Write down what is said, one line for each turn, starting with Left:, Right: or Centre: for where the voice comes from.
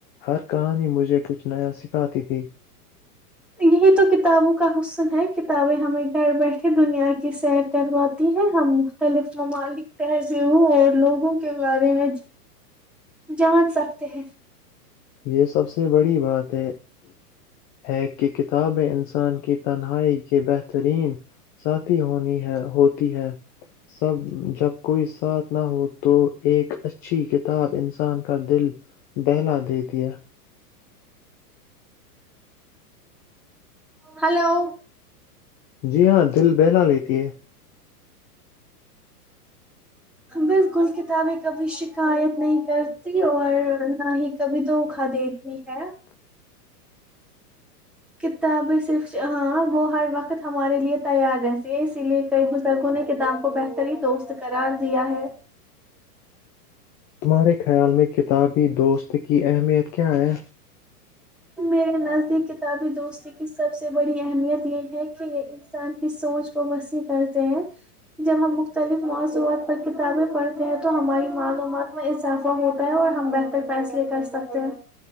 Left: ہر کہانی مجھے کچھ نیا سکھاتی تھی
Centre: یہی تو کتابوں کا حسن ہے کتابیں ہمیں گھر بیٹھے دنیا کی سیر کرواتی ہے ہم مختلف ممالک تہذیبوں اور لوگوں کے بارے میں جان سکتے ہیں
Left: یہ سب سے بڑی بات ہے ہے کہ کتابیں انسان کی تنہائی کے بہترین ساتھی ہونی ہے ہوتی ہے سب جب کوئی ساتھ نہ ہو تو ایک اچھی کتاب انسان کا دل بہلا دیتی ا دیا
Centre: ہلو
Left: جی ہاں دل بہلا لیتی ہے
Centre: بالکل کتابیں کابھی ش شکایت نہیں کرتی اور نہ ہی کبھی دھوکا دیتی ہے کتابیں صرف ہاں وہ ہر وقت ہمارے لیے تیار ہے اسی لیے کئی بزرگوں نے کتاب کو بہتری ہی دوست کرار دیا ہے
Left: تمہارے خیال میں کتابی دوست کی اہمیت کیا ہے
Centre: میرے نزدیک کتابی دوستی کی سب سے بڑی اہمیت یہ ہے کہ یہ انسان کی سوچ کو وسیع کرتے ہیں جب ہم مختلف موضوعات پر کتابیں پڑھتے ہیں تو ہماری معلومات میں اضافہ ہوتا ہے اور ہم بہتر فیصلے کر سکتے ہیں